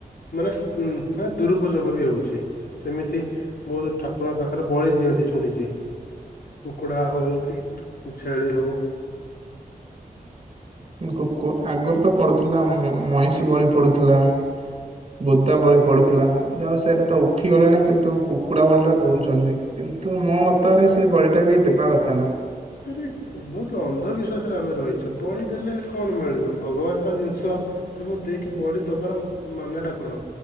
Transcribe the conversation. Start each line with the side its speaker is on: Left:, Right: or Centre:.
Left: ମାନେ ଉ ଦୁରୁପଯୋଗ ବି ହେଉଛି। ସେମିତି ବହୁତ ଠାକୁରଙ୍କ ପାଖରେ ବଳି ଦିଅନ୍ତି ଶୁଣିଛି କୁକୁଡ଼ା ହଉ କି ଛେଳି ହଉ
Right: କୁ କୁ ଆଗରୁ ତ ପଡୁଥିଲା ମ ମଇଷି ଭଳି ପଡୁଥିଲା ବୁଦାବଳି ପଡୁଥିଲା ଯାହା ହୋଉ ସେଟା ତ ଉଠିଗଲାଣି କିନ୍ତୁ କୁକୁଡ଼ା ଭଳି ଟା ଦଉଛନ୍ତି କିନ୍ତୁ ମୋ ମତରେ ସେ ବଳିଟା ବି ଦେବା କଥା ନୁହଁ
Left: ସରେ ବହୁତ ଅନ୍ଧବିଶ୍ୱାସରେ ଆମେ ରହିଛେ ବଳି ଦେଲେ କଣ ମିଳିବ ଭଗବାନଙ୍କର ଜିନିଷ ତାକୁ ଦେଇକି ବଳି ଦବାର ମାନେ ଟା କଣ